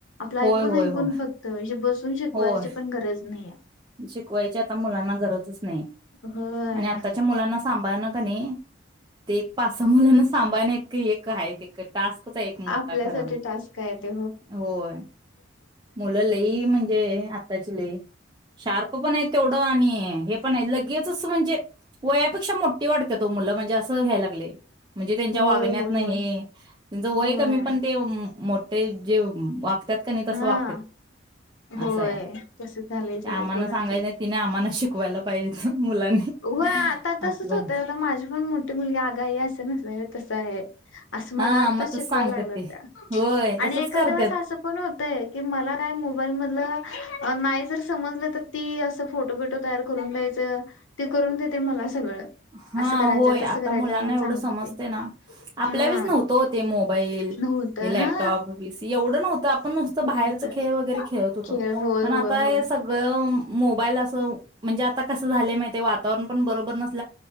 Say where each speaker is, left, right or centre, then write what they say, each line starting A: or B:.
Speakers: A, on the left; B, on the right.
A: आपलं ऐकून
B: होय होय
A: ऐकून
B: होय
A: फक्तजे बस ून शिकवायची
B: होय
A: पण गरज नाहीे
B: शिकवायची आता मुलांना गरजच आणि
A: होय.
B: आताच्या मुलां सांभार न का नाही ते एक पाच सहा मुलाना सांभाळण्या इतक एक आहे टास्कच एक मोठा
A: आपल्यासाठी
B: खरा म्हणजे
A: टास्क आहे ते
B: होय मुलं लही म्हणजे आतााची लई शार्प पण आहे तेवढं आणि हे पण आहे लगेचच म्हणजे वयापेक्षा मोठी वाटत्यात तो मुलं म्हणजे असं घ्यायला लागलय म्हणजे त्यांच्या
A: होय
B: वागण्यात
A: होय होय
B: नाही त्यांच वय
A: होय.
B: कमी पण ते मोठे जे वागतात का नाही तस
A: हा
B: वा
A: होय
B: असं आहे
A: तस झालंय सगळं
B: आमांना
A: पोरांच
B: सांगायचं
A: आता
B: तिने आमना शी कवला पाहिजे मुलांनी
A: होय आता
B: असं
A: तसच
B: झालं
A: होतं आता माझी पण मोठी मुलगी आगाई असं नस आहे तसं आहे असं मला
B: हा
A: आत्ताच
B: मग तस
A: शिकवायला
B: सांगतात
A: लागलं
B: ते
A: त्या
B: होय
A: आणि
B: तसच
A: एखाद्या
B: करतात
A: वेळेस असं पण होतय की मला काय मोबाईल मधलं नाही जर समजलं तर ती असं फोटो, बिटो तयार करून द्यायचं तेी करून देते मला सगळं
B: हा
A: असं करायचं
B: होय
A: तसं
B: आता
A: करायचं
B: मुलांना
A: मला
B: एवढं
A: सांगते
B: समजते
A: ती
B: ना आपल्या
A: हा
B: वेळेच नव्हत ते मोबाईल
A: नव्हतं
B: हे लॅपटॉप
A: हा
B: बीसी एवढं नव्हत तर आपण नुसतं
A: नव्हतं
B: बाहेरच खेळ वगैरे खेळत होतो
A: खेळ होय
B: पण आता
A: होय होय
B: हे सगळं मोबाईल असं म्हणजे आता कसं झाले माहि वातावरण पण बरोबर नस